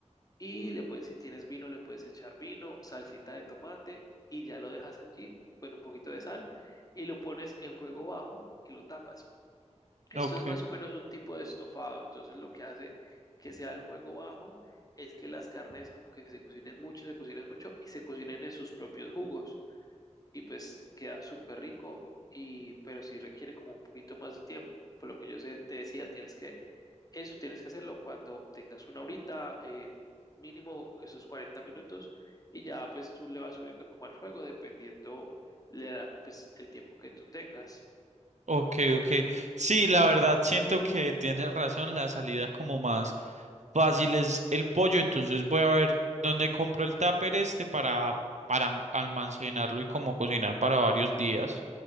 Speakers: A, on the left (about 30°); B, on the right (about 75°).
A: y le puedes, si tienes vino, le puedes echar vino, salsita de tomate y ya lo dejas allí con un poquito de sal y lo pones en fuego bajo y lo tapas. Esto
B: Ok,
A: es más o menos un tipo de estofado, entonces lo que hace que sea el fuego bajo es que las carnes como que se cocinen mucho, se cocinen mucho y se cocinen en sus propios jugos y pues queda súper rico y pero sí requiere como un poquito más de tiempo. Por lo que yo sé- te decía, tienes que eso tienes que hacerlo cuando tengas una horita eh, mínimo esos 40 minutos y ya pues tú le vas subiendo como al fuego dependiendo de la- pues el tiempo que tú tengas.
B: ok, ok. Sí, la verdad, siento que tienes razón, la salida como más fácil es el pollo, entonces voy a ver dónde compro el tupper este para, para almacenarlo y como cocinar para varios días.